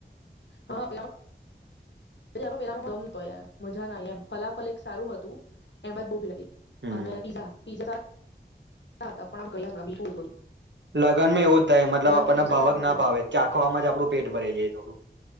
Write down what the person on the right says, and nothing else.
હમ
લગ્નમાં એવું જ થાય મતલબ
આપણને
ભાવક
ના
ભાવે ચાખવામાં જ આપણું પેટ ભરાઈ જાય થોડું.